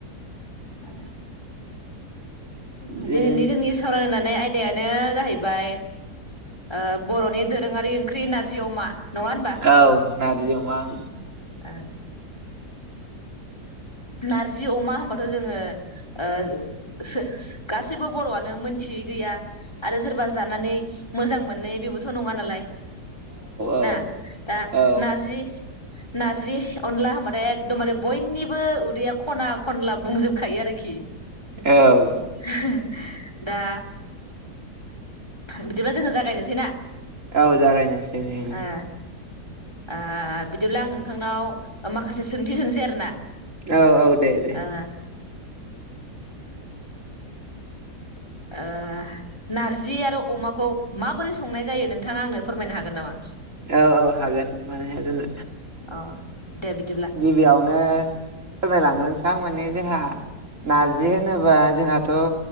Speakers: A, on the left; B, on the right.
A: ओ ओम
B: जों
A: दिनैनि जोंनि सावरायनो लानाय आइ दायानो जाहैबाय ओ बर'नि दोरोङारि ओंख्रि नारजि अमा नङा होनबा
B: औ नारजि अमा ओं
A: ओं नारजि अमा होनबाथ' जोङो ओ सो गासैबो बर'आनो मोनथियै गैया आरो सोरबा जानानै मोजां मोनै बेबोथ' नङा नालाय
B: औ
A: ना दा
B: औ
A: नारजि नारजि अनला होनबाथाय एकदम बारे बयनि बो उदैया खना खनला बुंजोबखायो आरो खि।
B: औ
A: <unintelligible> दा बिदिबा जोङो जागायनोसै ना?
B: औ जागायनोसै दे ओं।
A: ओ ओ बिदिब्ला आं नोंथांनाव माखासे सोंथि सोंसै आरो ना?
B: औ औ दे दे
A: ओ ओ नारजि आरो अमाखौ माबोरै संनाय जायो नोंथाङा आंनो फोरमायनो हागोन नामा?
B: औ औ हागोन मानो हाया जानो।
A: अ दे बिदिब्ला
B: गिबियावनो फोरमायलांग्रोसै थारमाने जोंहा नारजि होनोबा जोंहाथ